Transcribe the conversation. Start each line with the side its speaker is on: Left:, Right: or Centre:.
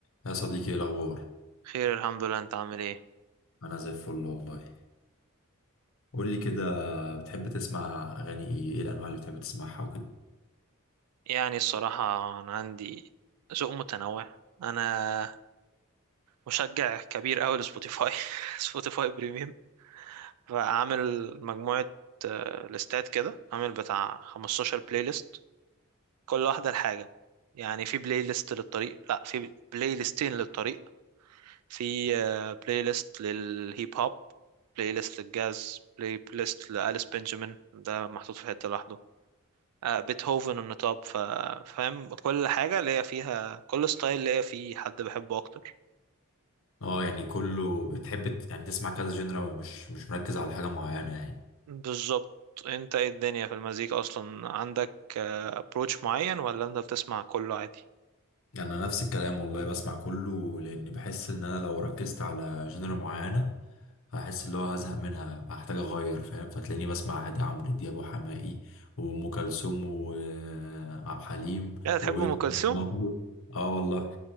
Left: يا صديقي ايه الاخبار
Right: خير الحمد لله انت عامل ايه
Left: انا زي الفل والله قول لي كده بتحب تسمع اغاني ايه ايه الانواع اللي بتحب تسمعها وكده
Right: يعني الصراحة انا عندي ذوق متنوع انا مشجع كبير اوي لسبوتيفاي <laughs> سبوتيفاي بريميوم فعامل مجموعة آه، ليستات كده عامل بتاع 15 بلاي ليست كل واحدة لحاجة يعني في بلاي ليست للطريق لا في بلاي ليستين للطريق في آه، بلاي ليست للهيب هوب بلاي ليست للجاز بلاي ليست لأليس بنجامين ده محطوط في حتة لوحده آه، بيتهوفن النطاب ف- فاهم كل حاجة ليا فيها كل ستايل ليا فيه حد بحبه أكتر
Left: اه يعني كله بتحب ت- يعني تسمع كذا جنرا مش مش مركز على حاجه معينه يعني
Right: بالظبط أنت إيه الدنيا في المزيكا أصلا عندك أبروتش معين ولا أنت بتسمع كله عادي؟
Left: يعني انا نفس الكلام والله بسمع كله لان بحس ان انا لو ركزت على جنرا معينه هحس اللي هو هزهق منها هحتاج اغير فاهم فتلاقيني بسمع عادي عمرو دياب وحماقي وام كلثوم وعبد الحليم
Right: لا تحب
Left: وويجز
Right: أم كلثوم؟
Left: وبابلو اه والله